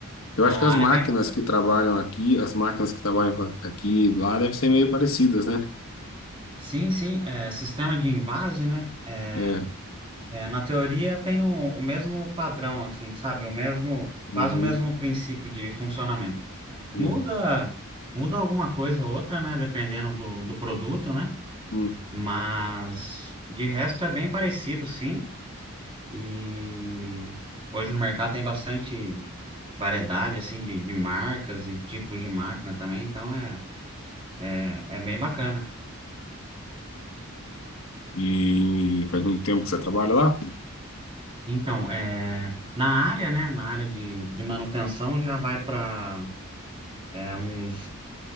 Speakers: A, on the left (about 65°); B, on the right (about 25°).
A: Eu
B: é
A: acho
B: uma
A: que as
B: área
A: máquinas
B: bem, ba-
A: que trabalham aqui, as máquinas que trabalham aqui e lá devem ser meio parecidas, né?
B: sim, sim, é, sistema de invase, né? É,
A: É,
B: é, na teoria tem o, o mesmo padrão, assim, sabe? O mesmo, quase
A: Uhum,
B: o mesmo princípio de funcionamento.
A: uhum,
B: Muda, muda alguma coisa ou outra, né? Dependendo do, do produto, né?
A: uhum.
B: Mas de resto é bem parecido, sim. E hoje no mercado tem bastante variedade, assim, de, de marcas e tipos de máquina também, então é, é, é bem bacana.
A: E faz muito tempo que você trabalha lá?
B: Então, é, na área, né, na área de, de manutenção já vai para uns